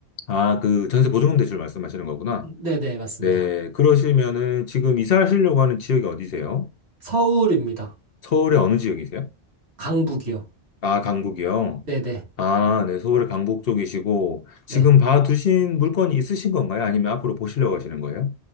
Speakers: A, on the left; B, on the right.
A: 아, 그 전세 보증금 대출 말씀하시는 거구나.
B: 네, 네, 맞습니다.
A: 네, 그러시면은 지금 이사하시려고 하는 지역이 어디세요?
B: 서울입니다.
A: 서울의 어느 지역이세요?
B: 강북이요.
A: 아, 강북이요.
B: 네, 네.
A: 아, 네, 서울의 강북 쪽이시고,
B: 네.
A: 지금 봐두신 물건이 있으신 건가요? 아니면 앞으로 보시려고 하시는 거예요?